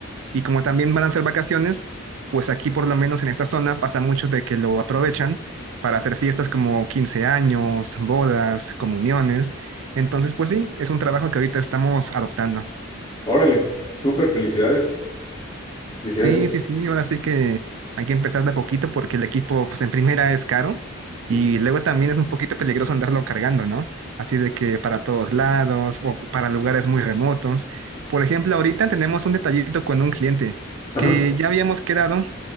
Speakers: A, on the right; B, on the left.
A: y como también van a ser vacaciones, pues aquí por lo menos en esta zona pasa mucho de que lo aprovechan para hacer fiestas como 15 años, bodas, comuniones. Entonces, pues sí, es un trabajo que ahorita estamos adoptando.
B: Órale, súper felicidades. Felicidades.
A: Sí, sí, sí, ahora sí que hay que empezar de a poquito porque el equipo, pues en primera es caro
B: Ujú.
A: y luego también es un poquito peligroso andarlo cargando, ¿no? Así de que para todos lados o para lugares muy remotos. Por ejemplo, ahorita tenemos un detallito con un cliente
B: Ajá.
A: que ya habíamos quedado